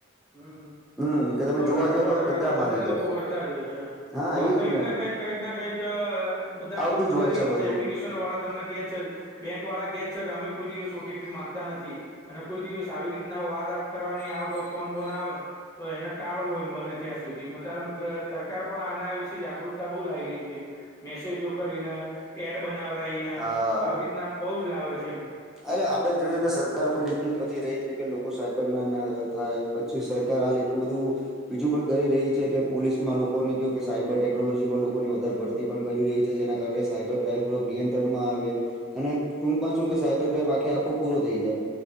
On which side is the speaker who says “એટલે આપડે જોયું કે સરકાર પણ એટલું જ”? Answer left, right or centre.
Centre